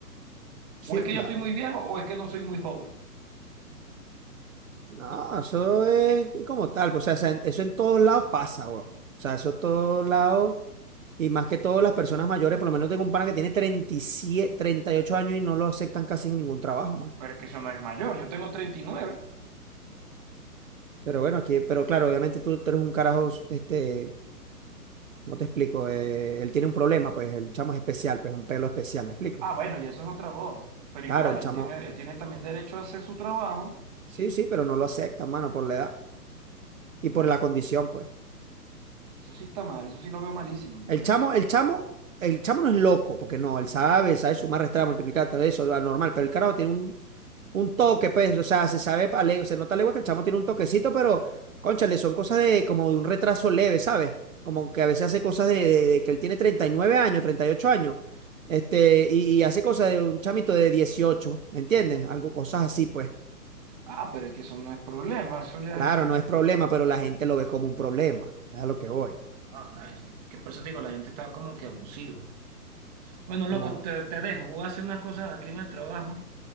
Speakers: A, on the right; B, on the right.
A: Sí,
B: O es que
A: claro.
B: yo estoy muy viejo o es que no soy muy joven.
A: No, eso es como tal, pues, o sea, esa- eso en todos lados pasa, güey. O sea, eso en todos lados, y más que todo las personas mayores, por lo menos tengo un pana que tiene 37, 38 años y no lo aceptan casi en ningún trabajo, man.
B: Pero es que eso no es mayor, yo tengo treinta y nueve
A: Pero bueno, aquí, pero claro, obviamente tú, tú eres un carajo, este, ¿cómo te explico? Eh, él tiene un problema, pues el chamo es especial, pues un pelo especial, ¿me explico?
B: Ah, bueno, ya eso es otra voz. Pero igual,
A: Claro, el
B: él
A: chamo,
B: tiene, él tiene también derecho a hacer su trabajo.
A: sí, sí, pero no lo acepta, mano, por la edad y por
B: Eh,
A: la condición, pues.
B: Eso sí está mal, eso sí lo veo malísimo, porque,
A: El chamo, el chamo, el chamo no es loco, porque no, él sabe, sabe sumar, restar, multiplicar, todo eso, lo normal, pero el carajo tiene un, un toque, pues, o sea, se sabe, a le- se nota legua que el chamo tiene un toquecito, pero, cónchale, son cosas de como de un retraso leve, ¿sabes? Como que a veces hace cosas de, de- de que él tiene 39 años, 38 años, este, y, y hace cosas de un chamito de dieciocho ¿me entiendes? Algo, cosas así, pues.
B: ah, pero es que eso no es problema, eso ya
A: Claro,
B: es...
A: no es problema, pero la gente lo ve como un problema, es a lo que voy.
B: Ah, claro, es que por eso te digo, la gente está como que abusiva. Bueno, loco,
A: Como,
B: te, te dejo. Voy a hacer unas cosas aquí en el trabajo